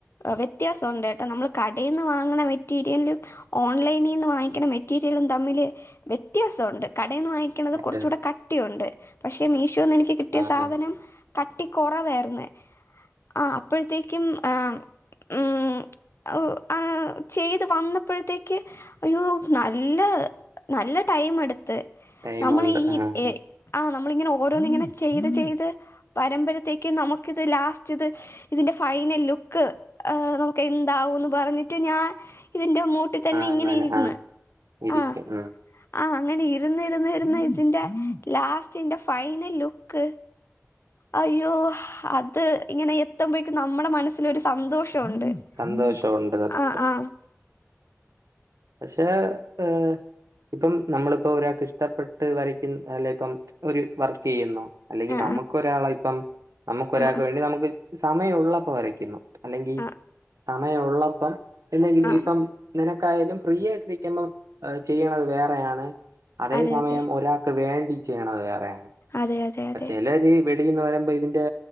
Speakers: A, on the left (about 55°); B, on the right (about 80°).
A: വ്യത്യാസമുണ്ട് കേട്ടോ നമ്മൾ കടയിൽ നിന്ന് വാങ്ങണ മെറ്റീരിയലും ഓൺലൈനിൽ നിന്ന് വാങ്ങിക്കുന്ന മെറ്റീരിയലും തമ്മില് വ്യത്യാസമുണ്ട്. കടയിൽന്ന് വാങ്ങിക്ക്ണത് കുറച്ച്
B: ഇത്
A: കൂടെ കട്ടിയുണ്ട്. പക്ഷേ മീഷോന്ന് എനിക്ക് കിട്ടിയ
B: ആഹ്
A: സാധനം
B: ആഹ്
A: കട്ടി കുറവായിരുന്നു ആഹ് അപ്പോഴത്തേക്കും ആഹ് ഉം ഒ ആ ചെയ്ത് വന്നപ്പോഴത്തേക്ക് അയ്യോ നല്ല നല്ല ടൈം എടുത്ത്
B: ടൈമുണ്ട്
A: നമ്മൾ ഈ
B: ആഹ് ആഹ്
A: ഏഹ് ആഹ് നമ്മളിങ്ങനെ ഓരോന്നി ഇങ്ങനെ ചെയ്ത് ചെയ്ത് വരുമ്പയത്തേക്ക് നമുക്കിത് ലാസ്റ്റ് ഇത് ഇതിന്റെ ഫൈനൽ ലുക്ക് ഹ് നമുക്ക് എന്താവുംന്ന് പറഞ്ഞിട്ട് ഞാൻ ഇതിന്റെ <unintelligible> തന്നെ ഇങ്ങനെ
B: അങ്ങനെ
A: ഇരുന്ന്
B: ആഹ് ഇരിക്കും
A: ആഹ്
B: ഉം
A: ആഹ് അങ്ങനെ ഇരുന്നിരുന്ന് ഇരുന്ന് ഇതിന്റെ ലാസ്റ്റന്റെ ഫൈനൽ ലുക്ക് അയ്യോ അത് ഇങ്ങനെ എത്തുമ്പോഴേക്കും നമ്മുടെ മനസ്സിലൊരു സന്തോഷമുണ്ട്.
B: സന്തോഷമുണ്ട്
A: ഉം
B: സത്യം
A: ആഹ് ആഹ്
B: പക്ഷേ ഏഹ് ഇപ്പം നമ്മളിപ്പോ ഒരാൾക്ക് ഇഷ്ടപ്പെട്ട് വരക്കും അല്ല ഇപ്പം ഒരു വർക്ക് ചെയ്യുന്നു. അല്ലെങ്കിൽ
A: ആ, ആ.
B: നമുക്കൊരാളെ ഇപ്പം നമുക്കൊരാൾക്ക്
A: ആ,
B: വേണ്ടി നമുക്ക് സമയം ഉള്ളപ്പോ വരയ്ക്കുന്നു. അല്ലെങ്കിൽ
A: ആ, ആ,
B: സമയമുള്ളപ്പോ എന്തെങ്കിലും
A: ആ.
B: ഇപ്പം നിനക്കായാലും ഫ്രീ ആയിട്ടിരിക്കുമ്പോ ചെയ്യണത് വേറെയാണ് അതേ
A: അതെ,
B: സമയം
A: അതെ.
B: ഒരാ വേണ്ടി ചെയ്യണത് വേറെയാണ്
A: അതെ, അതെ, അതെ.
B: ചിലർ വെളിന്ന് വരുമ്പോ ഇതിന്റെ